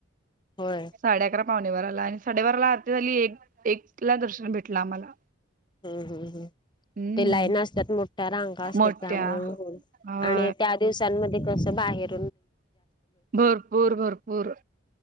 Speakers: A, on the left; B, on the right.
A: होय
B: साडे अकरा पावणे वारला आणि साडेबाराला आरती झाली एक एक ला दर्शन भेटलं आम्हाला.
A: हम्म हम्म हम्म
B: हम्म
A: ते लाईन असतात मोठ्या रांगा असतात
B: मोठ्या
A: त्यामुळे हो
B: अ,
A: आणि त्या दिवसांमध्ये कसं बाहेर
B: भरपूर भरपूर